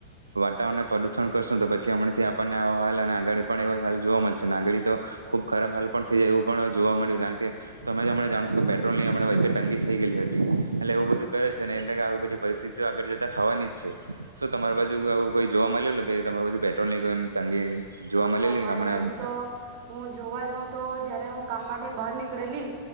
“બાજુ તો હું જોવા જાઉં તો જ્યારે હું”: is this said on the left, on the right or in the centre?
Right